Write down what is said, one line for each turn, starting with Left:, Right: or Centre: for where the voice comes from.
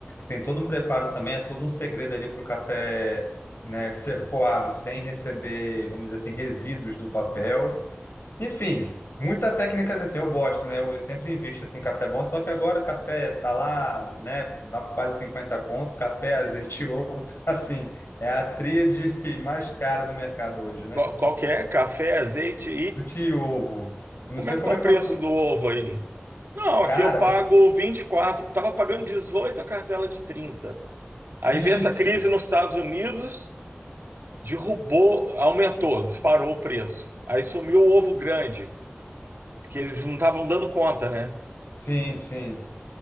Left: Tem todo um preparo também, é todo um segredo ali para o café, né, ser coado sem receber, vamos dizer assim, resíduos do papel. Enfim, muitas técnicas assim, eu gosto, né? Eu, sempre invisto assim, em café bom, só que agora o café tá lá, né? Dá por quase 50 conto, café, <laughs> azeite e ovo, <laughs> tá, assim, é a tríade <laughs> mais cara do mercado hoje, né?
Right: qual, qual que é? Café, azeite
Left: Do de ovo. Não
Right: Como
Left: sei
Right: é que
Left: como
Right: tá o
Left: é
Right: preço
Left: quanto.
Right: do ovo aí? Não,
Left: Cara,
Right: aqui eu pago
Left: tá...
Right: 24. estava pagando 18 a cartela de 30. Aí
Left: isso.
Right: veio essa crise nos Estados Unidos, derrubou, aumentou, disparou o preço. Aí sumiu o ovo grande, porque eles não estavam dando conta, né?
Left: Sim, sim.